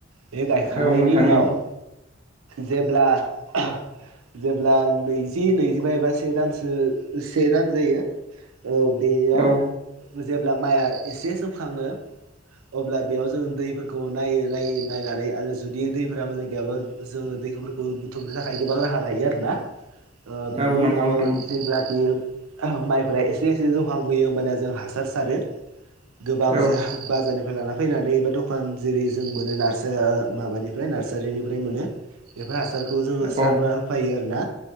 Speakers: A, on the right; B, on the right.
A: बे गायखांनायनि
B: औ नोंथां
A: उनाव। जेब्ला आह। जेब्ला नैजि नैजिबा एबा से दानसो से दान जायो। औ बेयाव
B: औ
A: जेब्ला माइआ एसे सोमखाङो। अब्ला बेयाव जोङो दैफोरखौ नायो नायो नायनानै आरो जुदि दैफोरा मोजां गैयाबा जोङो दैखौ। बो बुथुमनो थाखाय गोबां राहा लायो आरोना ओ बेनि
B: औ नंगौ
A: उनाव
B: नोंथां
A: जेब्लाखि। माइफ्रा एसे एसे जौखांबोयो होमबानिया जों हासार सारो। गोबांसो
B: औ
A: हा बाजारनि। फ्राय लाना फैनानै एबा दखान जेरै जों मोनो नार्सा माबानिफ्राय नार्सारिनिफ्राय मोनो। बेफोर हासारखौ जोङो सारना
B: औ
A: होफायो आरो ना।